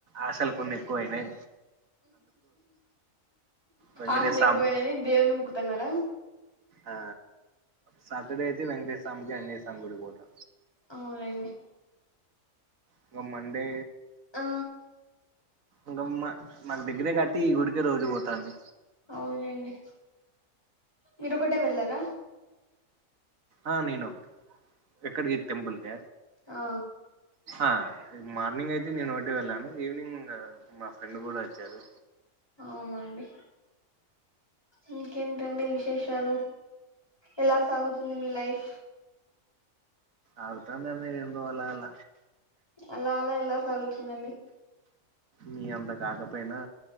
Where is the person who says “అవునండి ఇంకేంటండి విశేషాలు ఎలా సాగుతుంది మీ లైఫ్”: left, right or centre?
Left